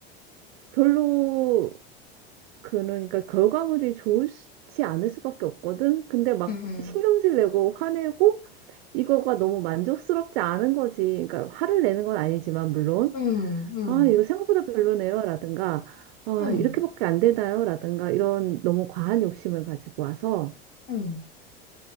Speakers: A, on the right (about 70°); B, on the left (about 30°).
A: 별로, 그러니까 결과물이 좋지 않을 수밖에 없거든? 근데 막
B: 응,
A: 신경질 내고 화내고 이거가 너무 만족스럽지 않은 거지. 그러니까 화를 내는 건 아니지만, 물론.
B: 응, 응, 응.
A: 아, 이거 생각보다 별로네요. 라든가, 아,
B: 응,
A: 이렇게밖에 안 되나요? 라든가, 이런 너무 과한 욕심을 가지고 와서
B: 응,